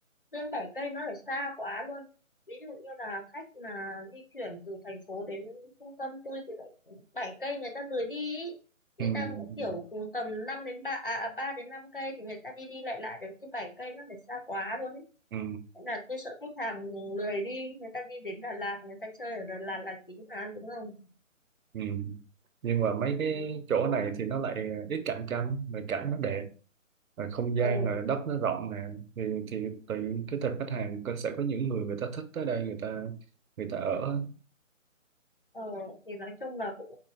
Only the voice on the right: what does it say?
ừ,
ừ,
ừ. ừ. nhưng mà mấy cái
chỗ này thì nó lại ít cạnh tranh mà cảnh nó đẹp rồi không gian
rồi đất nó rộng nè thì thì tùy cái tập khách hàng có- sẽ có những người người ta thích tới đây người ta người ta ở á.